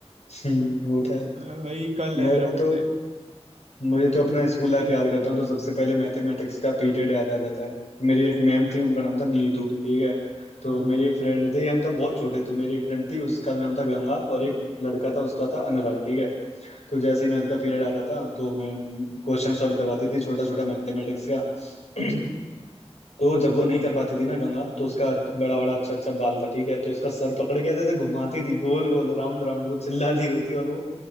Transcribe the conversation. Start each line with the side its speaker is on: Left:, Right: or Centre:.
Left: हम्म, होता है
Right: मैं, भाई कल
Left: मेरा
Right: है मेरा बर्थडे
Left: तो मुझे तो अपना स्कूल लाइफ याद करता हूँ तो सबसे पहले मैथमेटिक्स का पीरियड याद आ जाता है मेरी एक मैम थी उनका नाम था नीतू ठीक है तो
Right: हाँ
Left: मेरी एक फ्रेंड थी हम तब बहुत छोटे तो मेरी एक फ्रेंड थी उसका नाम था गंगा और एक लड़का था उसका था अनुराग ठीक है तो जैसे ही मैथ का पीरियड आता था तो मैं क्वेश्चन सॉल्व करवाती थी छोटा छोटा मैथमेटिक्स का <clears throat>
Right: हम्म,
Left: तो जब वो नहीं कर पाती थी ना गंगा तो उसका बड़ा बड़ा अच्छा अच्छा बाल था ठीक है तो उसका सर पकड़ के ऐसे ऐसे घुमाती थी गोल गोल राउंड राउंड वो चिल्लाती रोती और वो